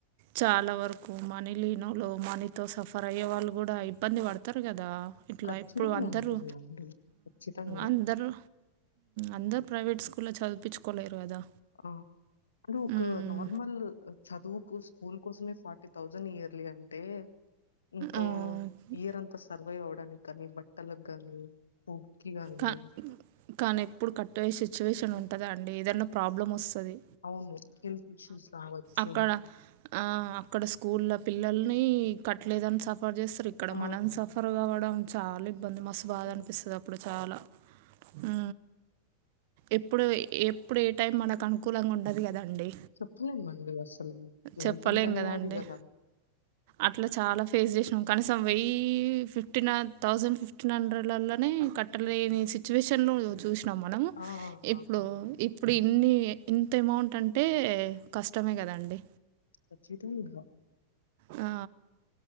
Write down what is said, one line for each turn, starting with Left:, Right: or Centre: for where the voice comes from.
Right: చాలా వరకు మనీ లీనలు మనీతో సఫర్ అయ్యే వాళ్ళు కూడా ఇబ్బంది పడతారు కదా ఇట్ల
Left: ఖచ్చితంగా
Right: ఇప్పుడు అందరూ
Left: ఉంటుందండి. ఖచ్చితంగా.
Right: అందరూ అందరు ప్రైవేట్ స్కూల్లో చదువుపిచుకోలేరు కదా
Left: ఆ <unintelligible> ఒక
Right: ఉమ్,
Left: నార్మల్ చదువుకు స్కూల్ <unintelligible> ఫార్టీ థౌజండ్ ఇయర్లీ అంటే ఇంకా
Right: ఆ,
Left: ఇయర్ అంత సర్వైవ్ అవడానికి కానీ బట్టలకు గాని <unintelligible>
Right: కా కానీ ఎప్పుడు కట్టయ్యే సిచ్యువేషన్ ఉంటుందా అండి ఏదన్న ప్రాబ్లం వస్తది
Left: అవును హెల్త్ ఇష్యూస్ రావచ్చు
Right: అక్కడ ఆ అక్కడ స్కూల్ల పిల్లల్ని ఇక్కట్టలేదని సఫర్ చేస్తారు ఇక్కడ
Left: ఆ!
Right: మనం సఫర్ కావడం చాల ఇబ్బంది మస్
Left: ఓ
Right: అప్పుడు చాల హు ఎప్పుడు ఎప్పుడు ఏ టైం మనకు అనుకూలంగ ఉండదు కదండి
Left: చెప్పలేమండి అసలు
Right: చెప్పలేం
Left: లైఫ్ అంటనే
Right: కదండి
Left: అది కదా
Right: అట్లా చాలా ఫేస్ చేసినాం కనీసం వెయ్యి ఫిఫ్టీన్ థౌసండ్ ఫిఫ్టీన్ హండ్రెడ్లల కట్టలేని సిచువేషన్లో చూసినాం మనం
Left: ఆ!
Right: ఇప్పుడు
Left: ఆ! అవును.
Right: ఇప్పుడు ఇన్ని ఇంత అమౌంట్ అంటే కష్టమే కదండి
Left: కచ్చితంగా
Right: ఆ